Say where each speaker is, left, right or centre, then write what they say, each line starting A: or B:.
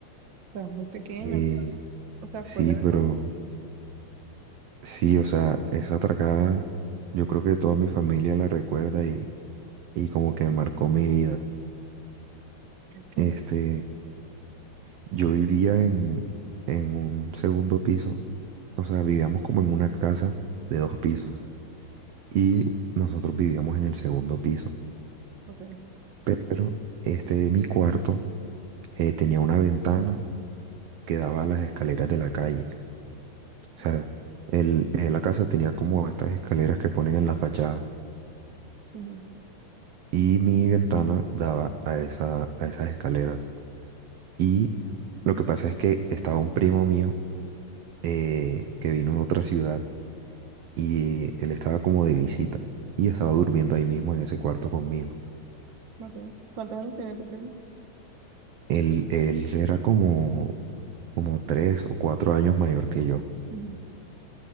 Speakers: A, on the right (about 50°); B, on the right (about 70°).
A: Estabas muy pequeño,
B: Eh,
A: creo. o sea,
B: sí,
A: fue algo
B: pero
A: tra-
B: sí, o sea, esa atracada, yo creo que toda mi familia la recuerda y, y como que marcó mi vida.
A: que
B: Este,
A: no-
B: yo vivía en, en un segundo piso, o sea, vivíamos como en una casa de dos pisos y nosotros vivíamos en el segundo piso,
A: ok,
B: pero este, mi cuarto eh, tenía una ventana que daba a las escaleras de la calle. O sea, el, eh, la casa tenía como estas escaleras que ponen en la fachada
A: ujú,
B: y mi ventana daba a esa, a esas escaleras. Y lo que pasa es que estaba un primo mío eh, que vino de otra ciudad y él estaba como de visita y estaba durmiendo ahí mismo en ese cuarto conmigo.
A: ok. ¿Cuántos años tenía tu primo?
B: Él, él era como, como tres o cuatro años mayor que yo.
A: Ujú,